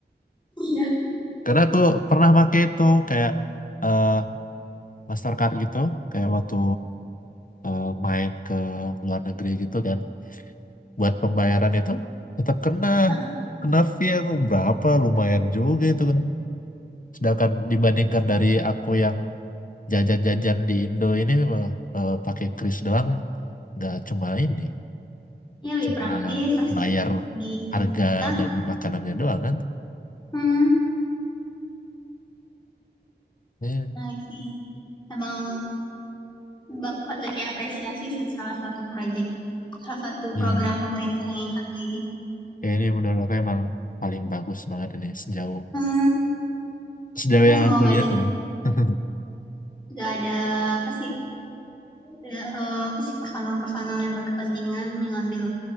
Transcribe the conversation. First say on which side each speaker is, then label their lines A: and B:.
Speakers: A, on the left; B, on the left.
A: Iya.
B: karena aku pernah pakai itu kayak eh, Mastercard gitu kayak waktu eh, main ke luar negeri gitu kan buat pembayaran itu tetap kena
A: Heeh.
B: kena fee aku berapa lumayan juga itu kan sedangkan dibandingkan dari aku yang jajan-jajan di Indo ini mah, eh, pakai kris doang nggak cuma ini
A: Ini lebih
B: cuma
A: praktis, terus
B: bayar
A: di
B: harga
A: kita.
B: dari makanannya doang kan
A: Hmm,
B: Ya,
A: menarik sih. Emang bak- patut diapresiasi sih salah satu proyek, salah satu
B: ya,
A: program
B: ya.
A: pemerintah yang satu ini.
B: Ya, ini menurut aku emang paling bagus banget ini sejauh
A: Hmm,
B: sejauh
A: ya
B: yang
A: semoga
B: aku lihat
A: aja
B: ya. <laughs>
A: nggak ada apa sih, ada, eh, apa sih personal-personal yang berkepentingan yang ngambil